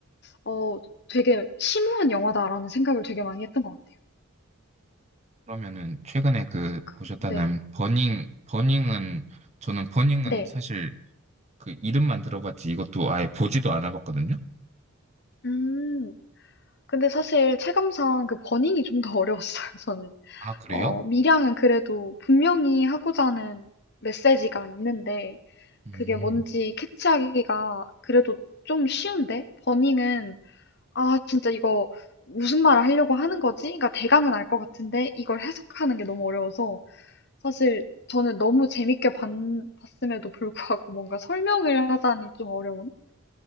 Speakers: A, on the left; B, on the right.
A: 어, 되게 심오한 영화다라는 생각을 되게 많이 했던 것 같아요.
B: 그러면은 최근에 그
A: 근데
B: 보셨다는
A: 네.
B: 버닝, 버닝은, 저는 버닝은
A: 네.
B: 사실 그 이름만 들어봤지 이것도 아예 보지도 않아봤거든요.
A: 음. 근데 사실 체감상 그 버닝이 좀 더 <laughs> 어려웠어요, 저는.
B: 아, 그래요?
A: 어, 미량은 그래도 분명히 하고자 하는 메시지가
B: 네.
A: 있는데
B: 음,
A: 그게 뭔지 캐치하기가 그래도 좀 쉬운데 버닝은 아 진짜 이거 무슨 말을 하려고 하는 거지? 그러니까 대강은 알 것 같은데 이걸 해석하는 게 너무 어려워서 사실 저는 너무 재밌게 봤, 음에도 불구하고 뭔가 설명을 하자니 좀 어려운?